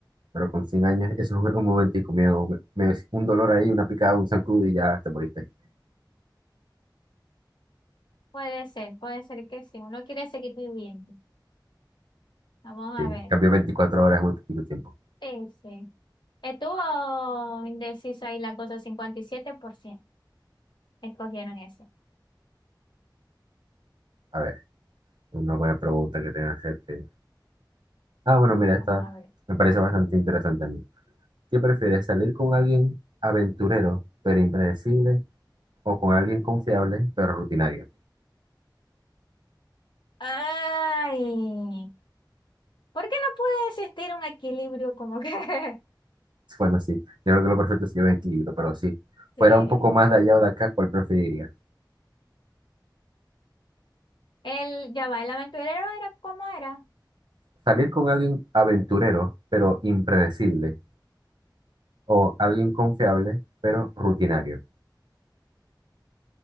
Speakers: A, on the right; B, on the left.
A: pero con 100 años, eso es un, un momentico, medio, medio- un dolor ahí, una picada, un zancudo y ya te moriste.
B: Puede ser, puede ser que sí. Uno quiere seguir viviendo. Vamos a
A: Sí,
B: ver.
A: cambió 24 horas, es muy poquito tiempo.
B: Sí, sí. Estuvo indecisa ahí la cosa, 57% escogieron eso.
A: A ver, una buena pregunta que tenga que hacerte. Ah, bueno, mira, esta
B: Vamos a ver.
A: me parece bastante interesante a mí. ¿Qué prefieres, salir con alguien aventurero pero impredecible o con alguien confiable, pero rutinario.
B: Ay, ¿por qué no puede existir un equilibrio como que...
A: Bueno, sí, yo creo que lo perfecto se lleva en equilibrio, pero sí,
B: <laughs> Sí.
A: fuera un poco más de allá o de acá, ¿cuál preferiría?
B: El, ya va, el aventurero era cómo era.
A: Salir con alguien aventurero, pero impredecible, o alguien confiable, pero rutinario.